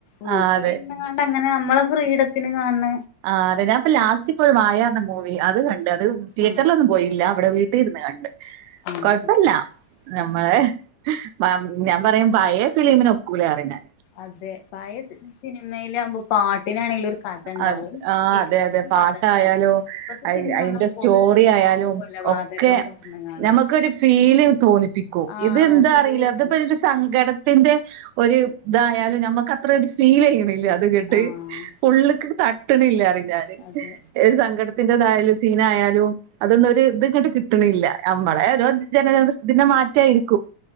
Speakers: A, on the left; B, on the right.
A: വീട്ടിലിരുുന്നാണ്ട്
B: ആഹ്
A: അങ്ങനെ നമ്മളെ ഫ്രിഡത്തിന് കാണണ
B: ആ് അതെ ഞാൻപ്പൊ ലാസ്റ്റ് ഇപ്പോഴും വായർന്ന മൂവി അത് കണ്ട് അത് തിയേറ്ററിലൊന്നും
A: ആഹ്
B: പോയില്ല ഇവിടെ വീട്ടിലിരുന്ന് കണ്ട്
A: ആഹ്
B: കൊഴപ്പില്ല
A: ആഹ്
B: നഞമ്മളെ
A: ആഹ്
B: <unintelligible> ഞാൻ പറയും പയേ ഫിലിമിനൊക്കുലാ പറയും ഞാൻ
A: അതെ പയെ സിനിമയിലാകുമ്പോ പാട്ടിനാണെങ്കിലും ഒരു കഥ ഉണ്ടാവും
B: ആഹ് ആഹ്
A: തിരുപ്പതിനും
B: അതെ അതെ പാട്ടായാലും
A: കഥ ഉണ്ടാവും ഇപ്പത്തെ
B: അയി
A: സിനിമ
B: അയിന്റെ
A: പറഞ്ഞാ
B: സ്റ്റോറി
A: കൊള്ള
B: ആയാലും
A: കൊലപാതകം
B: ഒക്കെ
A: പറഞ്ഞ്ങ്ങാണ്ട്
B: നമുക്കൊരു ഫീല് തോന്നിപ്പിക്കും
A: ആഹ്
B: ഇത് എന്താ
A: പീരി
B: അറിയില്ല
A: ഇട്ടു
B: അതപ്പ സങ്കടത്തിന്റെ ഒരു ഇതായാലും നമക്ക് അത്ര ഒരു ഫീൽ ചെയ്യണില്ല അത് കേട്ട്
A: ആഹ്
B: ഉള്ള്ക്ക് തട്ട്നില്ലാ പറയും ഞാൻ
A: അതെ
B: ഒരു സങ്കടത്തിൻ്റെതായാലും സീനായാലും അതൊന്നും ഒരു ഇത് ഇങ്ങട്ട് കിട്ടണില്ല നമ്മളെ ഓരോ ജനറേഷൻ്റെ മാറ്റായിരിക്കും